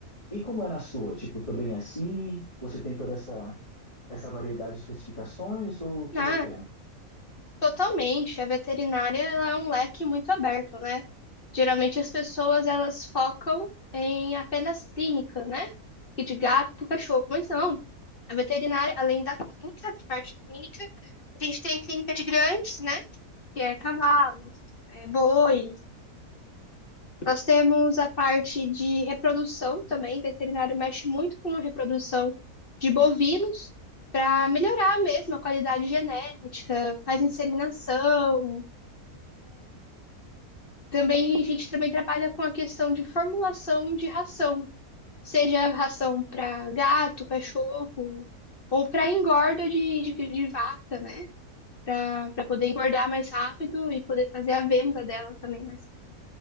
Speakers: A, on the left; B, on the left.
A: e como é na sua? Tipo, também é assim? Você tem toda essa essa variedade de especificações ou como
B: Ah,
A: é que é?
B: Totalmente, a veterinária ela é um leque muito aberto, né? Geralmente as pessoas elas focam em apenas clínica, né? E de gato, cachorro, mas não. A veterinária, além da clínica, da parte clínica, a gente tem a clínica de grandes, né? Que é cavalo, é boi. Nós temos a parte de reprodução também. veterinário mexe muito com a reprodução de bovinos para melhorar mesmo a qualidade genética, faz inseminação Também a gente também trabalha com a questão de formulação de ração, seja ração para gato, cachorro ou para engorda de, de, de vaca, né? Para poder engordar mais rápido e poder fazer a venda dela também mais.